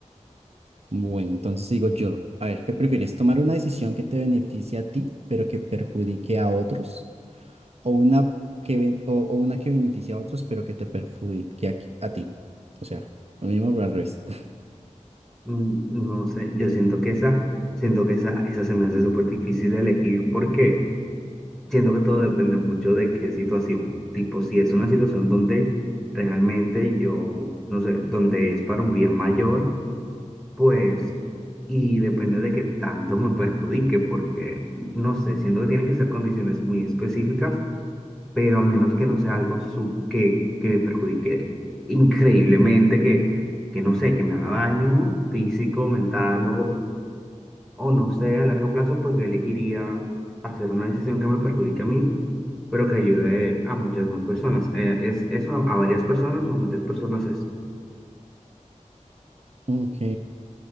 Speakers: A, on the right (about 55°); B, in the centre.
A: bueno, entonces digo yo, a ver, ¿qué prefieres? ¿Tomar una decisión que te beneficie a ti, pero que perjudique a otros? ¿O una que, ben- o, o una que beneficie a otros, pero que te perjudique a, qui- a ti? O sea, lo mismo, pero al revés. <laughs>
B: Mm, No sé, yo siento que esa, siento que esa, esa se me hace súper difícil de elegir porque Siento que todo depende mucho de qué situación. Tipo, si es una situación donde realmente yo, no sé, donde es para un bien mayor, pues, y depende de qué tanto me perjudique, porque, no sé, siento que tienen que ser condiciones muy específicas, pero a menos que no sea algo sub que, que me perjudique increíblemente, que, que no sé, que me haga daño físico, mental o, o no sé, a largo plazo, pues yo elegiría hacer una decisión que me perjudique a mí pero que ayude a muchas más personas. Eh, ¿es eso a, a varias personas o a muchas personas es?
A: Ok.